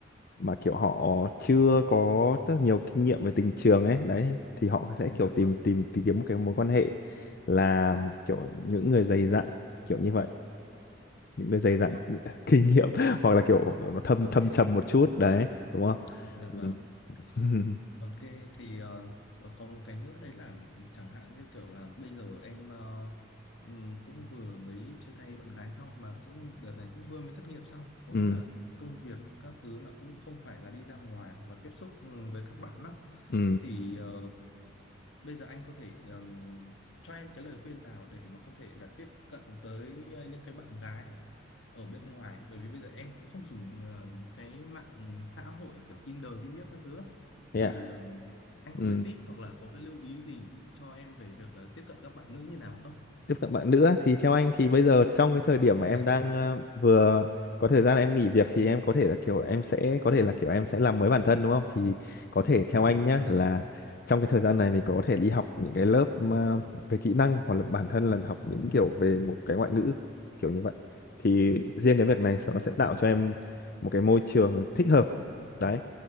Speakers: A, on the left; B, on the left.
A: mà kiểu họ chưa có rất nhiều kinh nghiệm về tình trường ấy đấy thì họ sẽ
B: dạ
A: kiểu tìm
B: vâng
A: tìm tìm kiếm một cái mối quan hệ là kiểu những người dày dặn kiểu như vậy những người dày
B: dạ
A: dặn
B: vâng
A: <laughs> kinh nghiệm <laughs> hoặc là kiểu nó thâm
B: ok
A: thâm trầm một chút đấy đúng không
B: dạ vâng
A: ừ <laughs>
B: ok thì ờ, ờ, có một cái nữa đấy là chẳng hạn như kiểu là bây giờ em ờ, ừm, cũng vừa mới chia tay bạn gái xong mà cũng đợt này cũng vừa mới thất nghiệp xong có
A: ừ
B: nghĩa là công việc các thứ là cũng không phải là đi ra ngoài hoặc là tiếp xúc ừ, với các bạn á
A: ừ
B: thì ờ, Bây giờ anh có thể ừm, cho em cái lời khuyên nào để mà có thể là tiếp cận tới ờ, những cái bạn gái ở bên ngoài bởi vì bây giờ em cũng không dùng ờ, cái mạng xã hội kiểu Tinder, Tinder các thứ á.
A: thế
B: thì
A: à
B: ừm, anh
A: ừ
B: có cái tip hoặc là có cái lưu ý gì cho em về việc là tiếp cận các bạn nữ như nào không?
A: tiếp cận bạn nữa thì theo anh thì bây giờ trong cái thời điểm mà
B: Dạ,
A: em đang ờ, vừa có thời gian em nghỉ việc thì em có thể là kiểu em sẽ có thể là kiểu em sẽ làm mới bản thân đúng không thì có thể theo anh nhá
B: dạ,
A: là trong cái thời gian này mình có thể đi học những cái lớp mà về kỹ năng hoặc là bản thân là học những kiểu về một cái ngoại ngữ kiểu như vậy thì riêng cái việc này sẽ-
B: dạ
A: nó sẽ tạo
B: vâng,
A: cho em một cái môi trường thích hợp đấy